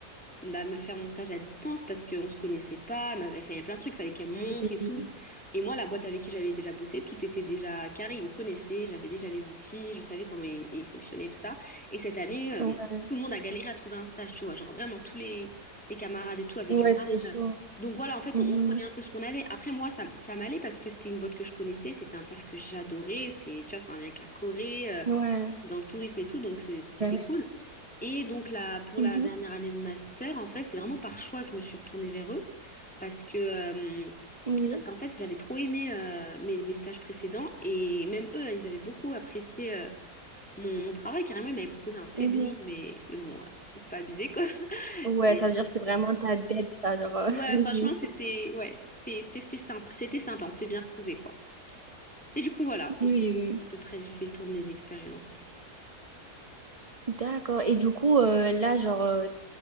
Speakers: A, in the centre; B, on the right (about 20°).
A: bah, me faire mon stage à distance parce qu'on se connaissait pas, elle m'avait fait il y a plein de trucs, fallait qu'elle me montre
B: oui.
A: et tout. Et moi, la boîte avec qui j'avais déjà bossé, tout était déjà carré, ils me connaissaient, j'avais déjà les outils, je savais comment ils, ils fonctionnaient, tout ça. Et cette année, euh,
B: Ouais,
A: tout le monde a galéré à trouver un stage, tu vois, genre vraiment tous les, les camarades et tout avaient
B: Ouais,
A: du mal.
B: c'était chaud.
A: Donc voilà, en fait,
B: Mhm.
A: on, on prenait un peu ce qu'on avait. Après, moi, ça, ça m'allait parce que c'était une boîte que je connaissais, c'était un taf que j'adorais, c'est, tu vois, c'est un lien avec la Corée, euh,
B: Ouais.
A: dans le tourisme et tout, donc c'est- c'était
B: Ben oui.
A: cool. Et donc là, pour
B: Mhm.
A: la dernière année de master, en fait, c'est vraiment par choix que je me suis retournée vers eux parce que euh,
B: Oui.
A: parce qu'en fait, j'avais trop aimé euh, mes, mes stages précédents et même eux, ils avaient beaucoup apprécié euh, mon, mon travail. Carrément, ils m'avaient proposé un CDI,
B: Mhm.
A: mais, mais bon, euh, faut pas abuser quoi. <laughs>
B: Ouais,
A: Et
B: ça veut dire que vraiment t'as dead ça, genre. euh,
A: ouais,
B: <laughs> Oui,
A: franchement,
B: oui,
A: c'était ouais, c'était c'était c'était sympa, c'était sympa, on s'est bien retrouvés quoi. Et du coup, voilà,
B: oui.
A: c'est
B: oui.
A: c'est à peu près, j'ai fait le tour de mes expériences.
B: oui. D'accord. Et du coup, euh, là, genre, euh,